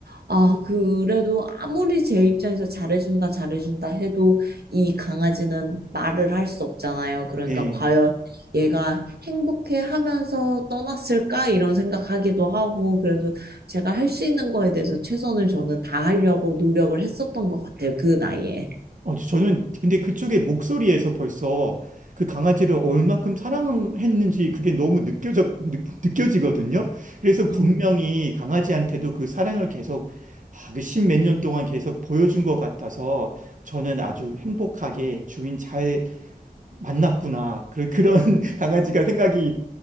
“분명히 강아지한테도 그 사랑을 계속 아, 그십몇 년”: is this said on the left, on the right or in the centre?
Right